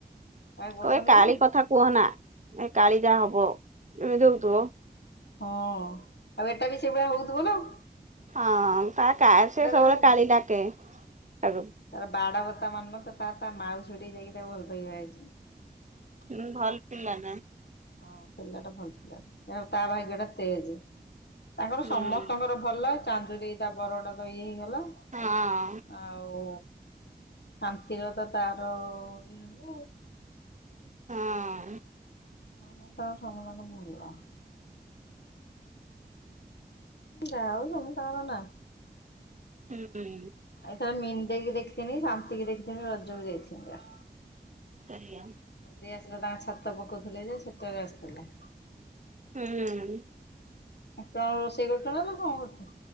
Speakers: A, on the left; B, on the right.
A: କାହାକୁ ବସନ୍ତି
B: କହିବ କାଳୀ
A: କି ନା
B: କଥା କୁହନା ଏ କାଳୀ ଯା ହବ ଇମିତି ହଉଥୁବ
A: ହଁ ଆଉ ଏଟା ବି ସେଇଭଳିଆ ହଉଥୁବ ନା ଆଉ।
B: ହଁ ତା କା ସିଏ ସବୁବେଳେ
A: ଦେଖୁନୁ
B: କାଳୀ ଡାକେ ତାକୁ।
A: ତାର ବାଡ ବତା ମାନୁ ନଥବ ତା ତା ମାଉସୀ ଘଟିକି ଯାଇକି ତାକୁ ଭଲ ପାଇକି ବାହା ହେଇଚି।
B: ହୁଁ ଭଲ ପିଲାଟା।
A: ହଁ ପିଲାଟା ଭଲ ପିଲାଟା <unintelligible> ତା ଭାଗ୍ୟଟା ତେଜେ। ତାଙ୍କର
B: ହୁଁ
A: ସମସ୍ତଙ୍କର ଭଲ ଚାନ୍ଦୁରି ତା ବରଟା ତ ଇଏ ହେଇଗଲା।
B: ହଁ।
A: ଆଉ ଶାନ୍ତିର ତ ତାର ବି ହେଲ
B: ହଁ।
A: ହଁ ତାଙ୍କର ତାଙ୍କର ସମତଙ୍କର ଭଲ। <unintelligible> ନା
B: ହୁଁ ହୁଁ।
A: ଆ ଏଥର ମିନ୍ଦେଇ କି ଦେଖିଥିନି ଶାନ୍ତିିକି ଦେଖିଥିନି ରଜକୁ ଯାଇଥିନି ବା।
B: <inaudible>
A: ମିନ ଦେଇ ଆସିଲା ତାଙ୍କ ଛାତ ପକଉଥିଲେ ଯେ ସେତେବେଳେ ଆସଥିଲା।
B: ହୁଁ ହୁଁ।
A: ସେତେବେଳୁ ରୋଷେଇ କରୁଛୁ ନା କଣ କରୁଛୁ?